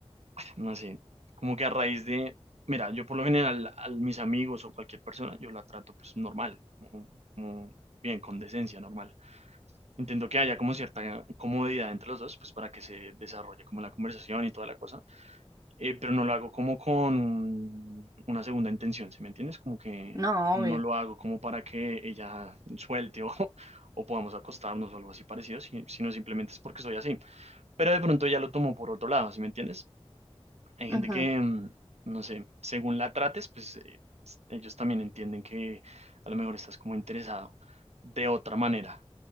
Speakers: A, on the right; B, on the right.
A: no sé, como que a raíz de, mira, yo por lo general a mis amigos o cualquier persona, yo la trato pues normal, como, como bien, con decencia, normal. Intento que haya como cierta comodidad entre los dos, pues para que se desarrolle como la conversación y toda la cosa, Eh, pero no lo hago como con una segunda intención, ¿sí me entiendes? Como que
B: No,
A: no
B: obvio.
A: lo hago como para que ella suelte o... <laughs> o podamos acostarnos o algo así parecido, si- sino simplemente es porque soy así. Pero de pronto ella lo tomó por otro lado, ¿sí me entiendes? Hay gente
B: Ujú.
A: que, mm, no sé, según la trates, pues eh, s- ellos también entienden que a lo mejor estás como interesado de otra manera.